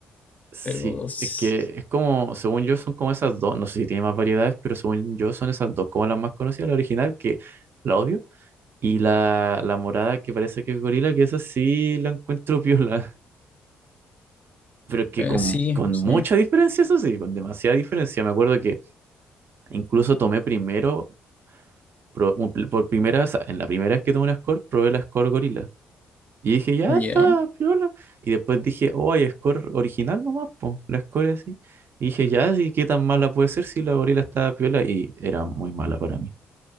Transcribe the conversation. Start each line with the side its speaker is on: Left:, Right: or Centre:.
Right: sí,
Left: pero s-
Right: es que es como, según yo, son como esas dos, no sé si tiene más variedades, pero según yo son esas dos como las más conocidas, la original, que la odio, y la, la morada que parece que es gorila, que esa sí la encuentro <laughs> piola. Pero es que
Left: eh,
Right: con,
Left: sí,
Right: con
Left: sí.
Right: mucha diferencia, eso sí, con demasiada diferencia. Me acuerdo que incluso tomé primero, pro- un- por primera, o sea, en la primera vez que tomé una score, probé la score gorila. Y dije, ya
Left: Ya.
Right: está, piola. Y después dije, oh, hay score original nomás, po, la score así. Y dije, ya, sí, ¿qué tan mala puede ser si la gorila estaba piola? Y era muy mala para mí.